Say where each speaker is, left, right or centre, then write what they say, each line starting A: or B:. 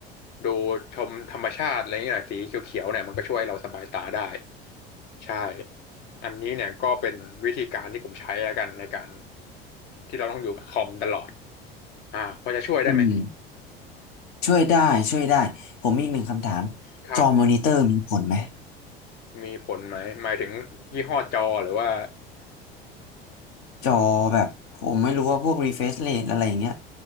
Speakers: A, on the left; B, on the left.
A: ดูชมธรรมชาติอะไรอย่างเงี้ยหน่อยสีเขียวๆเนี่ยมันก็ช่วยเราสบายตาได้ใช่อันนี้เนี่ยก็เป็นวิธีการที่ผมใช้แล้วกันในการที่เราต้องอยู่กับคอมตลอดอ่าพอจะช่วยได้ไหม
B: อืมช่วยได้ช่วยได้ผมมีอีกหนึ่งคำถาม
A: ครับ
B: จอมอนิเตอร์มีผลไหม
A: มีผลไหมหมายถึงยี่ห้อจอหรือว่า
B: จอแบบผมไม่รู้ว่าพวก refresh rate อะไรอย่างเงี้ย